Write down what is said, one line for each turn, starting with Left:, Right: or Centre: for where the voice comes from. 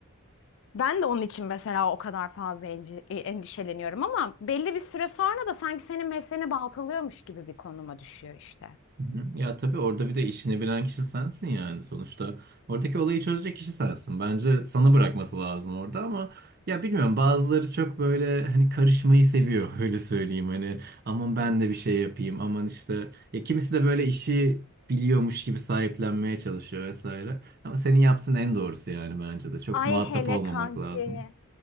Left: Ben de onun için mesela o kadar fazla enci- e, endişeleniyorum ama belli bir süre sonra da sanki senin mesleğini baltalıyormuş gibi bir konuma düşüyor işte.
Right: Hı hı. Ya tabii orada bir de işini bilen kişi sensin yani sonuçta. Oradaki olayı çözecek kişi sensin. Bence sana bırakması lazım orada ama ya bilmiyorum bazıları çok böyle hani karışmayı seviyor <laughs> öyle söyleyeyim. Hani aman ben
Left: Evet.
Right: de bir şey yapayım aman işte ya kimisi de böyle işi biliyormuş gibi sahiplenmeye çalışıyor vesaire. Ama senin yaptığın en doğrusu yani bence de çok
Left: Ay
Right: muhatap
Left: hele
Right: olmamak
Left: kanki.
Right: lazım.